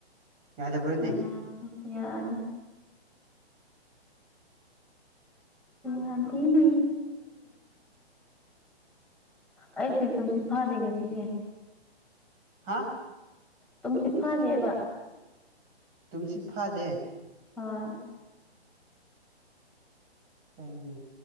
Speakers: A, on the right (about 25°); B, in the centre.
A: ꯌꯥꯗꯕ꯭ꯔꯥꯅꯦ
B: ꯌꯥꯗꯦ ꯌꯥꯗꯦ ꯌꯥꯗꯤ <unintelligible> ꯑꯩꯁꯨ ꯇꯨꯝꯁꯤꯠ ꯐꯥꯗꯦ ꯉꯁꯤꯁꯦ
A: <unintelligible>
B: ꯇꯨꯝꯁꯤꯠ ꯐꯥꯗꯦꯕ
A: ꯇꯨꯝꯁꯤꯠ ꯐꯥꯗꯦ
B: ꯍꯣꯏ
A: ꯀꯩꯒꯤ